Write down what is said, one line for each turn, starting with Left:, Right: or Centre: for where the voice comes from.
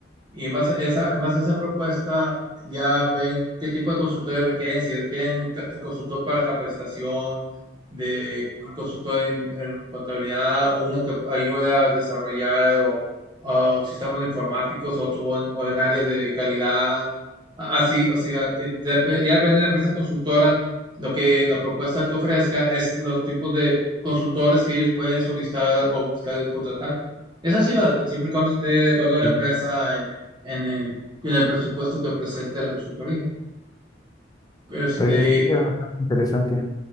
Right: y en base a esa, en base a esa propuesta, ya ven qué tipo de consultores requieren, si requieren ca- consultor para capacitación, de consultor en, en contabilidad, o uno que ayude a desarrollar o, o sistemas informáticos, otro o en, o en áreas de calidad. A- Así, o sea, eh, dep- ya depende de la empresa consultora, lo que la propuesta que ofrezca es los tipos de consultores que ellos pueden solicitar o buscar contratar. Eso sí va, siempre y cuando esté de acuerdo a la
Left: Sí.
Right: empresa en en el, en el presupuesto que presente la consultoría. Este,
Left: Pues se escucha bastante interesante.